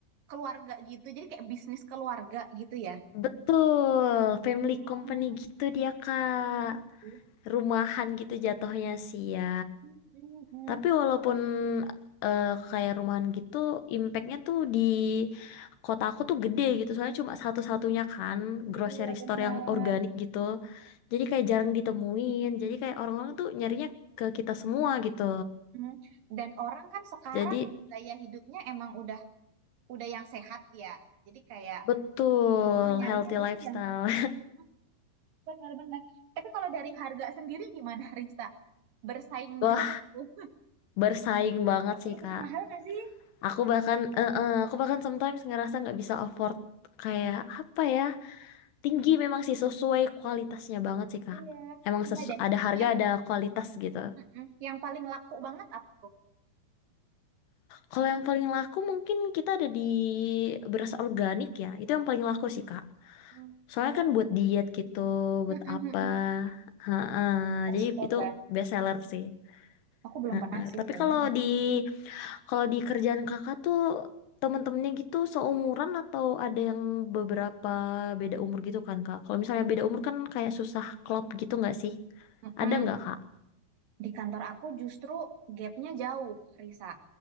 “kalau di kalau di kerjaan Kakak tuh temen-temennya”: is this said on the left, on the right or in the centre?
Left